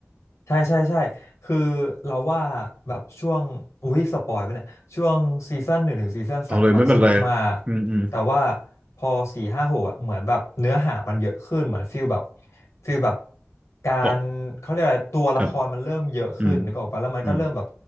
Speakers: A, on the left; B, on the right.
A: ใช่ใช่ใช่คือเราว่าแบบช่วงอุ้ยสปอยไปเนี่ยช่วงซีซั่นหนึ่งถึงซีซั่นสามอะสนุกมาก
B: เอาเลยไม่เป็นไรอืมอืม
A: แต่ว่าพอสี่ห้าหกอะเหมือนแบบเนื้อหามันเยอะขึ้นเหมือนฟิลแบบฟิลแบบการเขาเรียกอะไรตัวละครมันเริ่มเยอะขึ้นนึกออกปะแล้วมันก็เริ่มแบบ
B: ออกครับอืมอืม